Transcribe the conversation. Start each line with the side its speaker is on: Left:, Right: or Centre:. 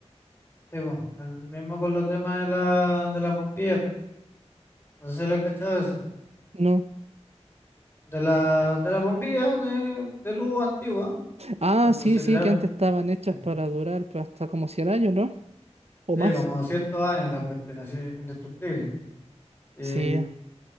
Left: sí, po. El mismo con los temas de la, de las bombillas. No sé si le he cachado ese.
Right: No.
Left: De la, de la bombilla de, de luz antigua,
Right: Ah,
Left: cuando
Right: sí,
Left: se
Right: sí,
Left: crearon.
Right: que antes estaban hechas
Left: sí.
Right: para durar pues, hasta como 100 años, ¿no? O
Left: Sí,
Right: más.
Left: como 200 años la cuestión, así, indestructible. Y,
Right: Sí,